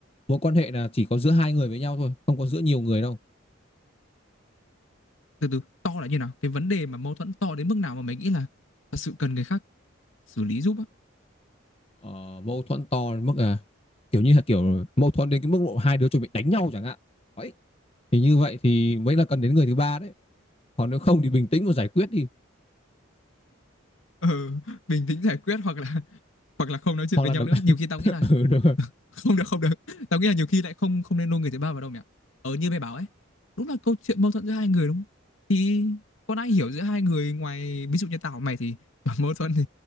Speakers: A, on the left; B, on the left.
A: mối quan hệ là chỉ có giữa hai người với nhau thôi không có giữa nhiều người đâu
B: Từ từ, to là như nào? Cái vấn đề mà mâu thuẫn to đến mức nào mà mày nghĩ là thật sự cần người khác xử lý giúp á?
A: ờ, mâu thuẫn to đến mức à kiểu như là kiểu mâu thuẫn đến cái mức độ hai đứa chuẩn bị đánh nhau chẳng hạn ấy thì như vậy thì mới là cần đến người thứ ba đấy còn nếu không thì bình tĩnh mà giải quyết đi
B: ừ, bình tĩnh giải quyết hoặc là hoặc là không nói chuyện
A: hoặc
B: với
A: là
B: nhau
A: đập...
B: nữa nhiều khi
A: <laughs>
B: tao nghĩ là
A: ừ, đúng rồi
B: <laughs> không được không được tao nghĩ là nhiều khi lại không không nên lôi người thứ ba vào đâu nhỉ ờ như mày bảo ấy đúng là câu chuyện mâu thuẫn giữa hai người đúng không? thì con ai hiểu giữa hai người ngoài ví dụ như tao và mày thì <laughs> mâu thuẫn thì